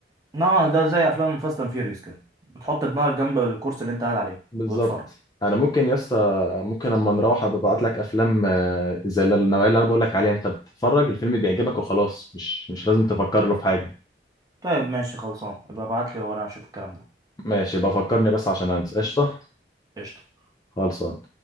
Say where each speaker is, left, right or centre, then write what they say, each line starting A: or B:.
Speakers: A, on the right (about 20°); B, on the left (about 20°).
A: نعم ده زي افلام فاست اند فيوريوس كده بتحط دماغك جنب الكرسي اللي انت قاعد عليه
B: بالظبط
A: وتتفرج
B: انا ممكن يا اسطى ممكن اما نروح ابعت لك افلام آه، زي اللي- النوعيه اللي انا بقول لك عليها انت بتتفرج الفيلم بيعجبك وخلاص مش مش لازم تفكر له في حاجه
A: طيب ماشي خلصان يبقى ابعت لي وانا اشوف الكلام ده
B: ماشي بفكرني بس عشان انسى قشطه
A: قشطة
B: خلصان